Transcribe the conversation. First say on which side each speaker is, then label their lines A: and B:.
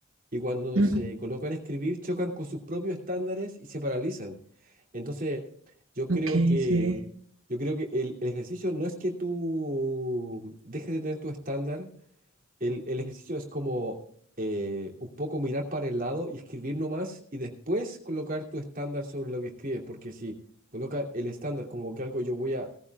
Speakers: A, on the right; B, on the right.
A: y cuando
B: ujú,
A: se colocan a escribir chocan con sus propios estándares y se paralizan. Entonces, yo
B: Ok,
A: creo que,
B: sí.
A: yo creo que el, el ejercicio no es que tú dejes de tener tu estándar, el, el ejercicio es como eh, un poco mirar para el lado y escribir nomás y después colocar tu estándar sobre lo que escribes, porque si coloca el estándar como que algo yo voy a